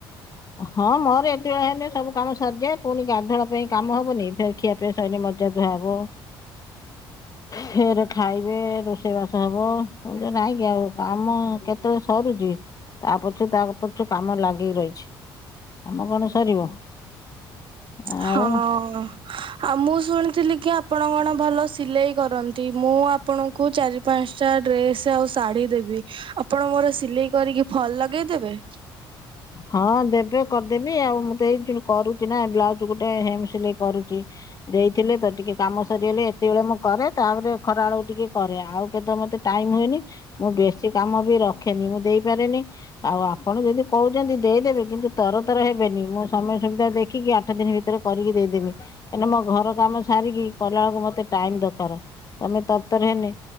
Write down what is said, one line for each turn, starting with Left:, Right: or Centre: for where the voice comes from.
Left: ହଁ, ମୋର ଏତେବେଳେ ହେଇନି ସବୁ କାମ ସରିଯାଏ, ପୁଣି ଗାଧୁଆ ପାଇଁ କାମ ହବନି ଫ ଖିଆ ପିଇ ସରି ମଜାଧୁଆ ହବ। ଫେର ଖାଇବେ, ରୋଷେଇବାସ ହବ, ଏଟ ନାଇଁ କି ଆଉ କାମ କେତେ? ସରୁଛି, ତା ପଛୁ, ତା ପଛୁ, କାମ ଲାଗିକି ରହିଛି। ଆମ କଣ ସରିବ? ଆଉ
Right: ହଁ, ଆଉ ମୁଁ ଶୁଣିଥିଲି କି? ଆପଣ କଣ ଭଲ ସିଲେଇ କରନ୍ତି, ମୁଁ ଆପଣଙ୍କୁ ଚାରି ପାଞ୍ଚଟା ଡ୍ରେସ ଆଉ ଶାଢ଼ି ଦେବି ଆପଣ ମୋର ସିଲେଇ କରିକି ଫଲ ଲଗେଇଦେବେ?
Left: ହଁ ଦେବେ କରିଦେବି ଆଉ ମୁଁ ତ ଏଇ ଯୋଉ କରୁଛି ନା ବ୍ଲାଉଜ ଗୋଟେ ହେମ ସିଲେଇ କରୁଛି, ଦେଇଥିଲେ ତ, ଟିକେ କାମ ସରିଗଲେ ଏତେବେଳେ ମୁଁ କରେ। ତାପରେ ଖରାବେଳକୁ ଟିକେ କରେ ଆଉ କେତେ ମତେ ଟାଇମ ହୁଏନି, ମୁଁ ବେଶୀ କାମ ବି ରଖେନି, ମୁଁ ଦେଇପାରେନି ଆଉ ଆପଣ ଯଦି କହୁଛନ୍ତି ଦେଇଦେବେ କିନ୍ତୁ ତର ତର ହେବେନି, ମୁଁ ସମୟ ସୁବିଧା ଦେଖିକି, ଆଠ ଦିନ ଭିତରେ କରିକି ଦେଇଦେବି। କାଁନା ମୋ ଘର କାମ ସାରିକି କଲା ବେଳକୁ ମତେ ଟାଇମ ଦରକାର, ତମେ ତରତର ହେନେ,